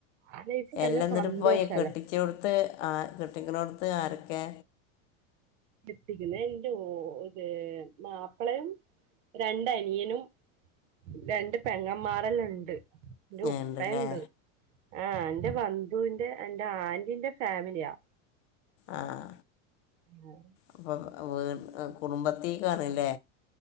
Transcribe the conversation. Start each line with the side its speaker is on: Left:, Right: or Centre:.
Right: ആ ലൈഫ് നല്ല
Left: എല്ലാം എന്നിട്ട
Right: സന്തോഷല്ലേ
Left: പോയ കെട്ടി കെട്ടിച്ചാടുത്ത് ആ കെട്ടിക്ക്നൊട്ത്ത് ആരൊക്കെ
Right: കെട്ടിക്കാണെടുത്തു എന്റെ ഇത് മാപ്പിളയും രണ്ടനിയനും രണ്ട് പെങ്ങമാറല്ലുണ്ട് എന്റെ ഉപ്പ
Left: ഉണ്ടല്ലേ
Right: ഉണ്ട് ആ എന്റെ ബന്ധുവിന്റെ എന്റെ ആന്റീന്റെ ഫാമിലിയാ
Left: ആഹ്
Right: ആഹ്
Left: അപ്പൊ കുടുംബത്തേക്കണല്ലേ